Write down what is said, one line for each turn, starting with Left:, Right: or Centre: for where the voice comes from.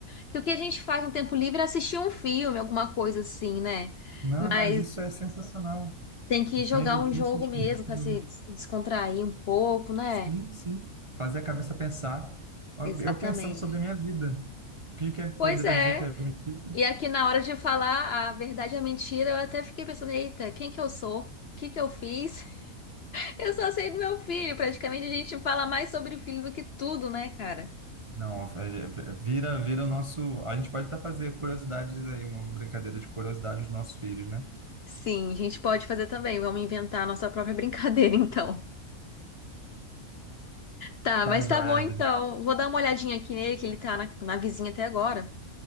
Left: Porque o que a gente faz no tempo livre é assistir um filme, alguma coisa assim, né?
Right: Não,
Left: Mas
Right: mas isso é sensacional.
Left: tem que
Right: Eu
Left: jogar
Right: Vou investir
Left: um jogo
Right: nesse
Left: mesmo
Right: nesse tipo
Left: pra
Right: de jogo.
Left: se des- descontrair um pouco, né?
Right: Sim, sim. Fazer a cabeça pensar. Ó,
Left: Exatamente.
Right: Eu pensando sobre a minha vida. O que que eu
Left: Pois
Right: poderia
Left: é.
Right: dizer que é mentira?
Left: E aqui na hora de falar a verdade e a mentira, eu até fiquei pensando, eita, quem que eu sou? O que que eu fiz? <laughs> Eu só sei do meu filho. Praticamente a gente fala mais sobre o filho do que tudo, né, cara?
Right: Não, é- é- vira, vira o nosso. A gente pode até fazer curiosidades aí, uma brincadeira de curiosidade dos nossos filhos, né?
Left: Sim, a gente pode fazer também. Vamos inventar a nossa própria <laughs> brincadeira, então. Tá,
Right: Tá,
Left: mas
Right: joia,
Left: tá bom então.
Right: Evelyn.
Left: Vou dar uma olhadinha aqui nele, que ele tá na, na vizinha até agora.